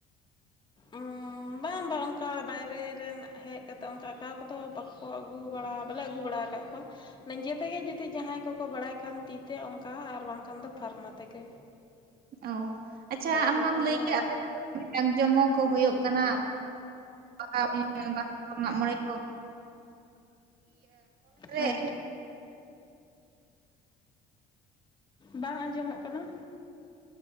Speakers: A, on the left; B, on the right.
A: ᱩᱹ <inaudible> ᱵᱟᱝ ᱵᱟᱝ ᱚᱱᱠᱟ ᱵᱟᱭᱨᱮ ᱨᱮᱱ ᱦᱮᱡ ᱠᱟᱛᱮ ᱚᱱᱠᱟ ᱟᱠᱟᱸᱠᱟᱣ ᱠᱚᱫᱚ ᱵᱟᱠᱚ ᱟᱹᱜᱩ ᱵᱟᱲᱟ ᱵᱟᱞᱮ ᱟᱹᱜᱩ ᱵᱟᱲᱟ ᱠᱟᱫ ᱟᱠᱟᱫ ᱠᱚᱣᱟ ᱱᱤᱡᱮ ᱛᱮᱜᱮ ᱡᱩᱫᱤ ᱡᱟᱦᱟᱸᱭ ᱠᱚᱠᱚ ᱵᱟᱲᱟᱭ ᱠᱷᱟᱱ ᱛᱤᱛᱮ ᱚᱱᱠᱟ ᱟᱨ ᱵᱟᱝᱠᱷᱟᱱ ᱫᱚ ᱯᱷᱟᱨᱢᱟ ᱛᱮᱜᱮ
B: ᱚ ᱟᱪᱪᱷᱟ
A: ᱵᱟᱭᱨᱮ
B: ᱟᱢ ᱢᱟᱢ
A: ᱠᱷᱚᱱ
B: ᱞᱟᱹᱭ
A: ᱫᱚ
B: ᱠᱮᱫ
A: ᱚᱱᱠᱟ
B: ᱟᱯᱮ ᱥᱮᱫ ᱫᱚ ᱡᱤᱫᱟᱝ ᱡᱚᱢᱚᱠ ᱠᱚ ᱦᱩᱭᱩᱜ ᱠᱟᱱᱟ ᱵᱟᱦᱟ ᱵᱟᱦᱟ ᱢᱟᱜ ᱢᱚᱬᱮ ᱠᱚ
A: ᱦᱮᱸ
B: <inaudible>
A: ᱵᱟᱝ ᱟᱸᱡᱚᱢᱚᱜ ᱠᱟᱱᱟ